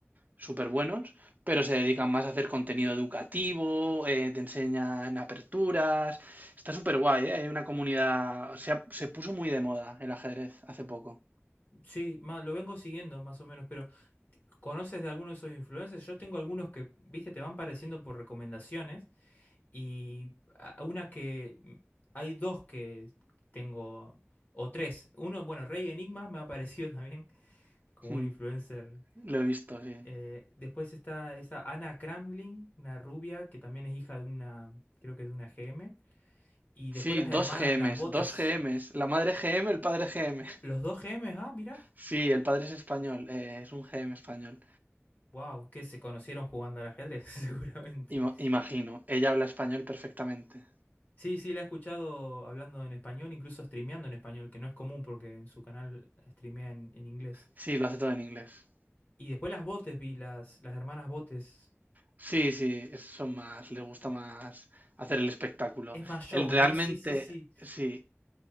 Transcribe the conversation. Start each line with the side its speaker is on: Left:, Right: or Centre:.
Right: súper buenos, pero se dedican más a hacer contenido educativo, eh, te enseñan aperturas, está súper guay, ¿eh? hay una comunidad, se, ha- se puso muy de moda el ajedrez hace poco,
Left: Sí, ma- lo vengo siguiendo más o menos, pero t- ¿conoces de alguno de esos influencers? Yo tengo algunos que, viste, te van pareciendo por recomendaciones y a- una que mm, hay dos que tengo, o tres. Uno, bueno, Rey Enigma me ha parecido <laughs> también como
Right: Mm,
Left: un influencer.
Right: lo he visto, sí.
Left: Eh, después está esa Ana Kramling, una rubia que también es hija de una, creo que es de una G M Y después
Right: Sí,
Left: las
Right: dos
Left: hermanas
Right: GMs,
Left: Las Botes.
Right: dos GMs. La madre GM, el padre GM. <laughs>
Left: Los dos G Ms. ah, mirá.
Right: Sí, el padre es español, eh, es un GM español.
Left: Wow, que se conocieron jugando al ajedrez, <laughs> seguramente.
Right: Ima- imagino, ella habla español perfectamente.
Left: Sí, sí, la he escuchado hablando en español, incluso streameando en español, que no es común porque en su canal streamea en, en inglés.
Right: Sí, lo hace todo en inglés.
Left: Y después las Botes vi, las, las hermanas Botes.
Right: Sí, sí, es- son más, le gusta más hacer el espectáculo.
Left: Es más show,
Right: El realmente,
Left: ¿no? Sí, sí, sí.
Right: sí,